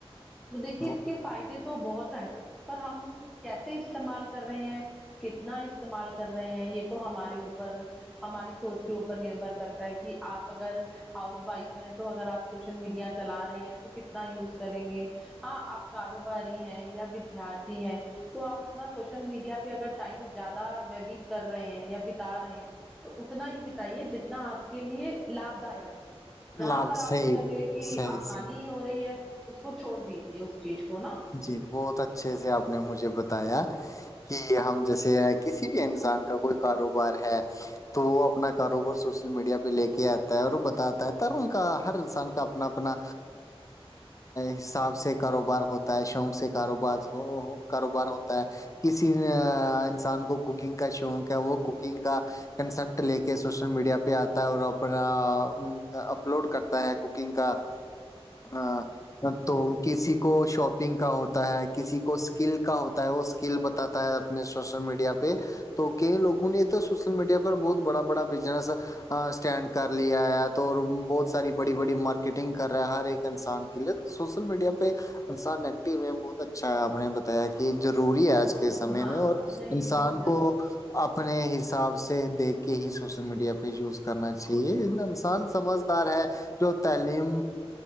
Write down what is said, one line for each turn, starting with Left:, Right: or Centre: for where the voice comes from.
Centre: دیکھیے
Left: وہ
Centre: اس کے فائدے تو بہت ہیں پر ہم کیسے استعمال کر رہے ہیں کتنا استعمال کر رہے ہیں یہ تو ہمارے اوپر ہماری سوچ کے اوپر نربھر کرتا ہے کہ آپ اگر ہاؤس وائف ہے تو اگر آپ سوشل میڈیا چلا رہے ہیں تو کتنا یوز کریں گے ہاں آپ کاروباری ہیں یا ودارتھی ہیں تو آپ اپنا سوشل میڈیا پہ اگر ٹائم زیادہ ووت کر رہے ہیں یا بتا رہے ہیں تو اتنا ہی بتائیے جتنا آپ کے لیے لابھ داک ہو جہاں
Left: لال
Centre: پر
Left: صحیح
Centre: آپ کو لگے کہ
Left: صحیح صحیح
Centre: ہانی ہو رہی ہے اس کو چھوڑ دیجے اس چیز کو نا
Left: جی بہت اچھے سے آپ نے مجھے بتایا کہ ہم جیسے کسی بھی انسان کا کوئی کاروبار ہے تو وہ اپنا کاروبار سوشل میڈیا پہ لے کے آتا ہے اور وہ بتاتا ہے ترم کا ہر انسان کا اپنا اپنا حساب سے کاروبار ہوتا ہوتا ہے شوق سے کاروبار کاروبار ہوتا ہے <unintelligible> کسی انسان کو کوکنگ کا شوق ہے وہ کوکنگ کا کنسپٹ لے کے سوشل میڈیا پہ آتا ہے اور اپنا اپلوڈ کرتا ہے کوکنگ کا
Centre: ج <unintelligible>
Left: ہاں تو کسی کو شوپ نگ کا ہوتا ہے کسی کو اسکل کا ہوتا ہے وہ اسکل بتاتا ہے اپنے سوشل میڈیا پہ تو کئی لوگوں نے تو سوشل میڈیا پر بہت بڑا بڑا بزنس اسٹینڈ کر لیا ہے تو بہت ساری بڑی بڑی مارکیٹنگ کر رہا ہے ہر ایک انسان سوشل میڈیا پہ انسان ایکٹو ہے بہت اچھا ہے آپ نے بتایا کہ ضروری ہے آج کل سمے
Centre: ہاں
Left: میں اور
Centre: نہیں
Left: انسان
Centre: بہت ضروری
Left: کو
Centre: ہے
Left: آ اپنے حساب سے دیکھ کے ہی سوشل میڈیا پہ یوز کرنا چاہیے انسان سمجھدار ہے جو تعلیم